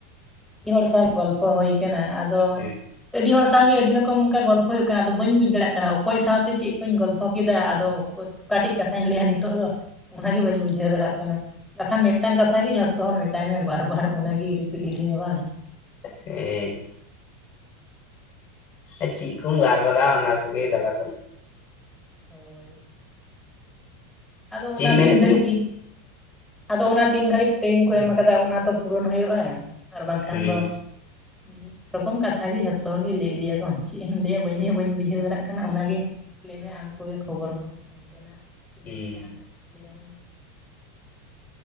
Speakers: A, in the centre; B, on the left (about 35°).
A: ᱟᱹᱰᱤ ᱦᱚᱲ ᱥᱟᱶ ᱜᱚᱞᱯᱷᱚ ᱦᱩᱭ ᱠᱟᱱᱟ ᱟᱫᱚ
B: ᱦᱮᱸ
A: ᱟᱹᱰᱤ ᱦᱚᱲ ᱥᱟᱶᱜᱮ ᱟᱹᱰᱤ ᱨᱚᱠᱚᱢ ᱚᱝᱠᱟ ᱜᱚᱞᱯᱷᱚ ᱦᱩᱭᱩᱜ ᱠᱟᱱᱟ ᱟᱫᱚ ᱵᱟᱹᱧ ᱵᱩᱡᱽ ᱫᱟᱲᱮᱭᱟᱜ ᱠᱟᱱᱟ ᱚᱠᱚᱭ ᱥᱟᱶᱛᱮ ᱪᱮᱫ ᱠᱚᱧ ᱜᱚᱞᱯᱷᱚ ᱠᱮᱫᱟ ᱟᱫᱚ ᱚᱠᱟᱴᱤᱡ ᱠᱟᱛᱷᱟᱧ ᱞᱟᱹᱭᱟ ᱱᱤᱛᱚᱜ ᱫᱚ ᱚᱱᱟ ᱜᱮ ᱵᱟᱹᱧ ᱵᱩᱡᱷᱟᱹᱣ ᱫᱟᱲᱟᱜ ᱠᱟᱱᱟ ᱟᱠᱷᱟᱱ ᱢᱤᱫᱴᱟᱝ ᱠᱟᱛᱷᱟ ᱜᱤ ᱡᱷᱚᱛᱚ ᱦᱚᱲ ᱢᱮᱛᱟᱭ ᱢᱮ ᱵᱟᱨ ᱵᱟᱨ ᱚᱱᱟ ᱜᱤ ᱨᱤᱯᱤᱴ ᱤᱫᱤ ᱢᱮ ᱵᱟᱝ
B: ᱦᱮ ᱟᱨ ᱪᱤᱜ ᱠᱩᱢ ᱜᱟᱨᱢᱟᱨᱟᱣ ᱚᱱᱟ ᱠᱚᱜᱮ ᱫᱟᱠᱟ ᱠᱚᱢ
A: ᱦᱳᱭ ᱟᱫᱚ
B: ᱪᱮᱫ
A: ᱚᱱᱟ
B: ᱮᱢ ᱢᱮᱱᱮᱫ
A: ᱛᱤᱱ ᱜᱷᱟᱹᱲᱤᱡ
B: ᱛᱟᱦᱮᱱᱟ
A: ᱜᱤ ᱟᱫᱚ ᱚᱱᱟ ᱛᱤᱱ ᱜᱷᱟᱹᱲᱤᱡ ᱴᱟᱭᱤᱢ ᱠᱚ ᱮᱢ ᱠᱟᱫᱟ ᱚᱱᱟ ᱛᱚ ᱯᱩᱨᱚᱱ ᱦᱩᱭᱩᱜ-ᱟ ᱟᱨ ᱵᱟᱝ ᱠᱷᱟᱱ
B: ᱦᱮᱸ
A: ᱫᱚ ᱢᱤᱫ ᱨᱚᱠᱚᱢ ᱠᱟᱛᱷᱟ ᱜᱤ ᱡᱷᱚᱛᱚ ᱜᱤ ᱞᱟᱹᱭ ᱤᱫᱤ ᱭᱟᱠᱚᱢ ᱪᱮᱫ ᱮᱢ ᱞᱟᱹᱭᱟ ᱵᱟᱹᱧ ᱞᱟᱹᱭᱟ ᱵᱟᱹᱧ ᱵᱩᱡᱷᱟᱹᱣ ᱫᱟᱲᱟᱜ ᱠᱟᱱᱟ ᱚᱱᱟ ᱜᱮ ᱞᱟᱹᱭ ᱢᱮ ᱟᱢ ᱠᱚᱜᱮ ᱠᱷᱚᱵᱚᱨ ᱠᱚ ᱚᱱᱛᱮᱱᱟᱜ ᱠᱩᱞᱤᱧ
B: ᱦᱮᱸ
A: ᱢᱮ ᱡᱟᱦᱟᱱᱟᱜ ᱞᱟᱹᱭ ᱭᱟᱹᱢᱟᱹᱧ